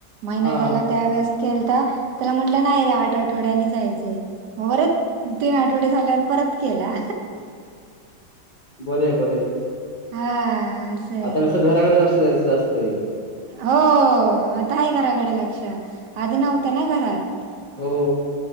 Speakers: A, on the right; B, on the left.
A: महिना
B: हा
A: झाला त्या वेळेस केल ता, त्याला म्हटल नाही रे आठ आठवड्यानी जायच आहे परत तीन आठवड झाल्या परत केला.
B: बरय बरय.
A: हा. असं आहे
B: आता कसं घराकड लक्ष द्यायचं जास्त आहे.
A: हो आता आहे घराकडे लक्ष, आधी नव्हतं ना घरात.
B: हो.